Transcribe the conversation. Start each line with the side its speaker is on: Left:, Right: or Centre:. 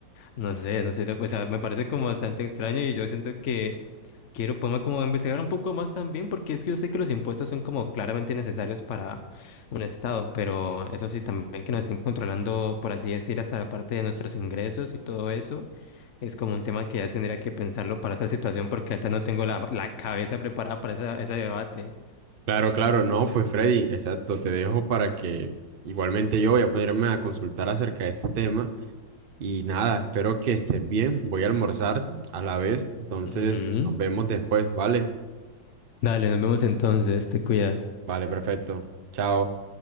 Left: no sé, no sé, lo- o sea, me parece como bastante extraño y yo siento que quiero ponerme como a investigar un poco más también, porque es que yo sé que los impuestos son como claramente necesarios para un estado, pero eso sí, también que nos estén controlando, por así decir, hasta la parte de nuestros ingresos y todo eso, es como un tema que ya tendría que pensarlo para otra situación, porque ahorita no tengo la, la cabeza preparada para esa- ese debate.
Right: Claro, claro, no, pues Freddy, exacto, te dejo para que igualmente yo voy a ponerme a consultar acerca de este tema Y nada, espero que estés bien. Voy a almorzar a la vez. Entonces,
Left: Ujú.
Right: nos vemos después, ¿vale?
Left: Dale, nos vemos entonces, te cuidas.
Right: Vale, perfecto. Chao.